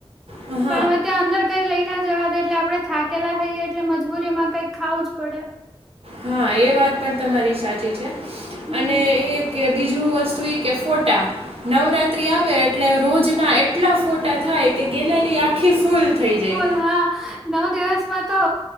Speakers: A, on the right; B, in the centre.
A: હમ્મ.
B: પણ હવે ત્યાં અંદર કઈ લઈ ના જવા દે એટલે આપડણે થાકેલા થઈએ એટલે મજબૂરીમાં કંઈક ખાવું જ પડે.
A: હા એ વાત પણ તમારી સાચી છે.
B: હમ
A: અને એ કે બીજું વસ્તુ એ કે ફોટા નવરાત્રી આવે એટલે રોજના એટલા ફોટા થાય કે ગેલેરી આખી ફૂલ થઈ જાય.
B: ફૂલ હા. નવ દિવસમાં તો